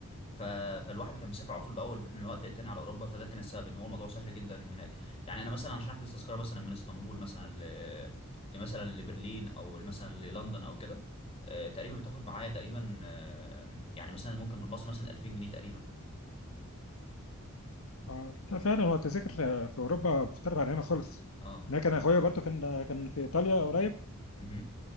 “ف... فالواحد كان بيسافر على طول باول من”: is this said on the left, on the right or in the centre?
Left